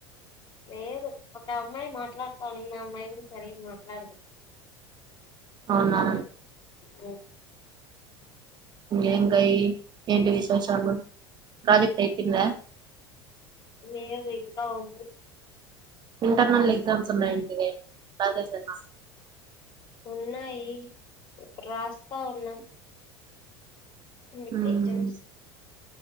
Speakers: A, on the left; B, on the right.
A: లేదు ఒక అమ్మాయి మాట్లాడతానింది ఆ అమ్మాయి కూడా సరిగా మాట్లాడదు
B: అవునా
A: ఓ
B: ఏం కాయి ఏంటి విశేషాలు ప్రాజెక్ట్ అయిపోయిందా
A: లేదు ఇంకా ఉంది
B: ఇంటర్నల్ ఎగ్జామ్స్ ఉన్నాయండీ బా చేసానా
A: ఉన్నాయి ఇప్పుడు రాస్తా ఉన్నాం మిడ్
B: హ్మ్.
A: ఎగ్జామ్స్